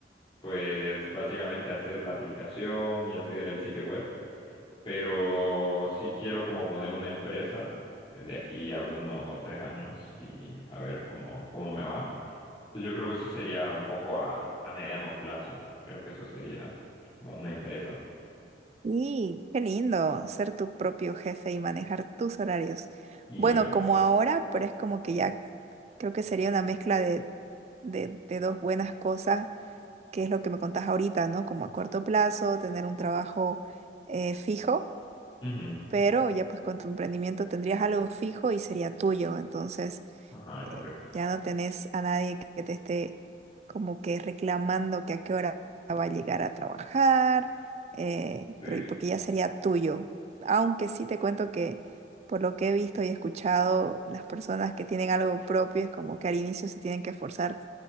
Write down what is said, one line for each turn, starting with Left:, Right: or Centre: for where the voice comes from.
Left: pues básicamente hacer la aplicación y hacer el sitio web, pero sí quiero como poner una empresa de aquí a uno o tres años y a ver cómo, cómo me va. Entonces yo creo que eso sería un poco a, a mediano plazo, creo que eso sería como una empresa.
Right: Y qué lindo ser tu propio jefe y manejar tus horarios.
Left: Y
Right: Bueno,
Left: bueno,
Right: como ahora, pero es como que ya creo que sería una mezcla de, de, de dos buenas cosas, que es lo que me contás ahorita, ¿no? Como a corto plazo, tener un trabajo eh, fijo
Left: Claro. ujú,
Right: pero ya pues con tu emprendimiento tendrías algo fijo y sería tuyo, entonces
Left: Ajá,
Right: eh,
Left: correcto.
Right: ya no tenés a nadie que te esté como que reclamando que a qué hora va a llegar a trabajar, eh,
Left: Sí.
Right: pero y porque ya sería tuyo, aunque sí te cuento que por lo que he visto y escuchado, las personas que tienen algo propio es como que al inicio se tienen que esforzar